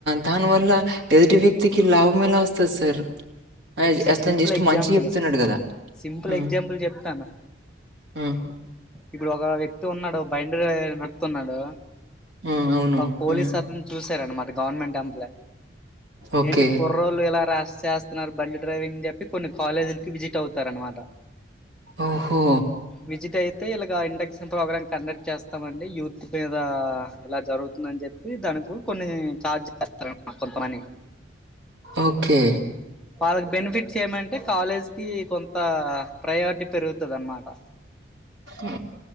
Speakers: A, on the right; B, in the centre.
A: దాని వల్ల ఎదుటి వ్యక్తికి లాభం ఎలా వస్తది సార్ అయ్
B: ఎగ్జ
A: అతను
B: సింపుల్
A: జస్ట్
B: ఎగ్జాంపుల్
A: మంచి చెప్తున్నాడు గదా!
B: సింపుల్
A: హ్మ్.
B: ఎగ్జాంపుల్ చెప్తాను
A: హ్మ్.
B: ఇప్పుడు ఒక వ్యక్తి ఉన్నాడు బయండ నడుపుతున్నాడు
A: హ్మ్. అవును.
B: ఒక పోలీస్
A: హ్మ్.
B: అతను చూసారండి మాట గవర్నమెంట్ ఎంప్లయ్
A: ఓకే.
B: ఏంటి కూర కుర్రోలు ఎలా రాస్ చేస్తున్నారు బండి డ్రైవింగ్ చెప్ చెప్పి కొన్ని కాలేజీలకి విజిట్ అవుతారనమాట
A: ఓహో!
B: విజిట్ అయితే ఇలా ఇండక్షన్ ప్రోగ్రామ్ కండక్ట్ చేస్తామండి యూత్ మీద ఎలా జరుగుతుందని చెప్పి దానికి కొన్ని చార్జ్ చేస్తారన్నమాట కొంతమని
A: ఓకే
B: వాళ్ళకి బెనిఫిట్స్ ఏమంటే కాలేజ్కి కొంత ప్రయారిటీ పెరుగుతది అన్నమాట
A: ఆ